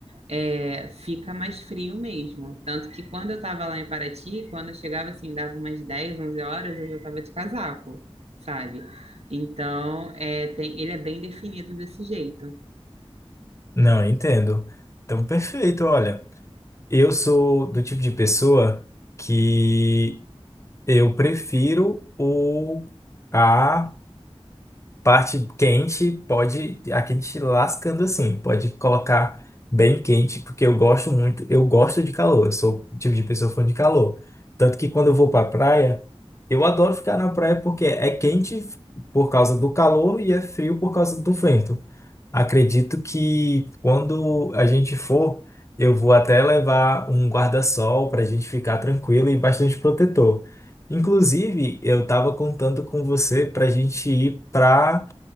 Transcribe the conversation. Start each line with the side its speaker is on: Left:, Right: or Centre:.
Right: é, fica mais frio mesmo. Tanto que quando eu estava lá em Paraty, quando eu chegava assim, dava umas 10, 11 horas, eu já estava de casaco, sabe? Então, é, tem, ele é bem definido desse jeito.
Left: Não, entendo. Então, perfeito, olha. Eu sou do tipo de pessoa que eu prefiro o a parte quente, pode a quente lascando assim, pode colocar bem quente, porque eu gosto muito, eu gosto de calor, eu sou o tipo de pessoa fã de calor. Tanto que quando eu vou pra praia, eu adoro ficar na praia porque é quente por causa do calor e é frio por causa do vento. Acredito que quando a gente for, eu vou até levar um guarda-sol para a gente ficar tranquilo e bastante protetor. Inclusive, eu estava contando com você para a gente ir para